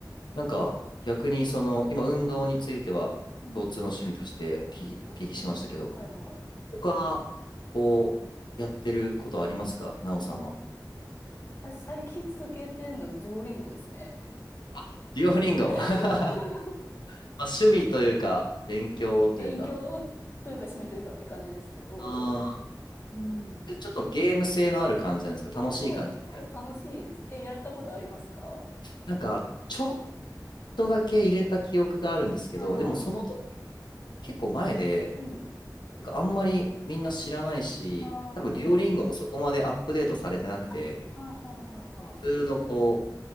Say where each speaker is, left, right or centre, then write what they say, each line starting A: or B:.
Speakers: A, on the left; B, on the left.
A: なんか、逆に、その、
B: うん。
A: 今、運動については、
B: うん。
A: 共通の趣味としてお聞き、お聞きしましたけど、
B: はいはい。
A: 他、こう、やってることありますかなおさんは。
B: か、私最近続けてんの、デュオリンゴですね。
A: あ、デュオリンゴ。
B: <laughs>
A: <laughs> まあ、趣味というか、勉強というか、
B: 勉強というか趣味というかって感じですけど。
A: うん。
B: うん。
A: でちょっとゲーム性のある感じなんですか楽しい感じで
B: そうそう、そう、楽しいです。え、やったことありますか
A: なんか、ちょっとだけ入れた記憶があるんですけど、
B: はいはい。
A: でもその時、結構前で、
B: うん。
A: なんかあんまりみんな知らないし、
B: ああ。
A: 多分デュオリンゴもそこまでアップデートされてなくて、
B: あ、はあはあはあはあ。
A: 普通のこう、